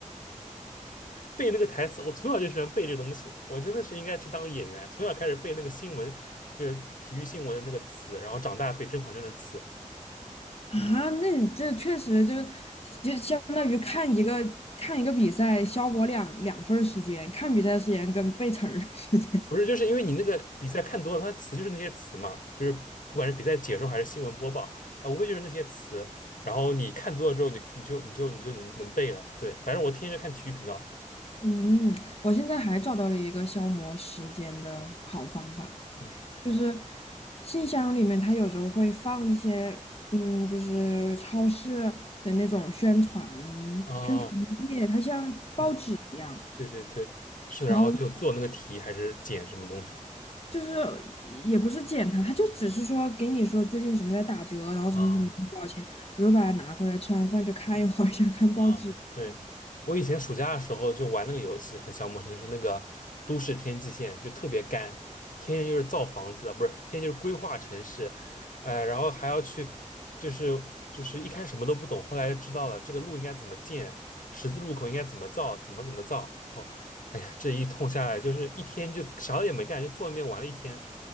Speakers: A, on the left; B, on the left.
A: 背那个台词，我从小就喜欢背这东西。我真的是应该去当个演员，从小开始背那个新闻，就是体育新闻的那个词，然后长大背《甄嬛传》的词。
B: 啊，那你这确实就就相当于看一个看一个比赛，消磨两两份儿时间，看比赛时间跟背词儿的时间。
A: 不是，就是因为你那个比赛看多了，它词就是那些词嘛，就是不管是比赛解说还是新闻播报，哎，无非就是那些词。然后你看多了之后，你你就你就你就能能背了。对，反正我天天就看体育频道。
B: <laughs> 嗯，我现在还找到了一个消磨时间的好方法，
A: 嗯，
B: 就是信箱里面它有时候会放一些，嗯，就是超市的那种宣传
A: 哦，
B: 宣传页，它像报纸一样。
A: 嗯，对对对，是，然后就做那个题还是剪什么东西。
B: 然后。就是也不是捡查，他就只是说给你说最近什么在打折，然后什么什么多少钱，
A: 啊、
B: 我就把它拿回来，吃完饭就看一会儿，<laughs> 想看报纸。
A: 啊，对，我以前暑假的时候就玩那个游戏，很消磨时间，就是那个都市天际线，就特别干，天天就是造房子，不是，天天就是规划城市，呃，然后还要去，就是就是一开始什么都不懂，后来知道了这个路应该怎么建，十字路口应该怎么造，怎么怎么造，然后，哎呀，这一通下来就是一天就啥也没干，就坐那边玩了一天。